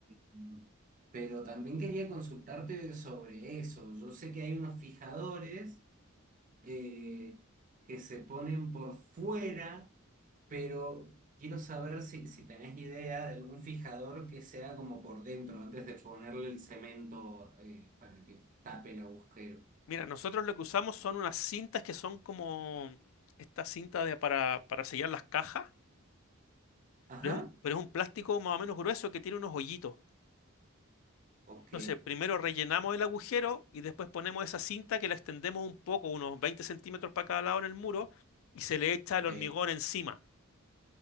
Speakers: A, on the right; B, on the left.
A: Mm. Pero también quería consultarte sobre eso. Yo sé que hay unos fijadores eh, que se ponen por fuera, pero quiero saber si, si tenés idea de algún fijador que sea como por dentro, antes de ponerle el cemento eh, para que tape el agujero.
B: Mira, nosotros lo que usamos son unas cintas que son como esta cinta de, para, para sellar las cajas,
A: Ajá,
B: pero es un, pero es un plástico más o menos grueso que tiene unos hoyitos.
A: ok,
B: Entonces, primero rellenamos el agujero y después ponemos esa cinta que la extendemos un poco, unos 20 centímetros para cada lado en el muro, y se le echa
A: ok.
B: el hormigón encima.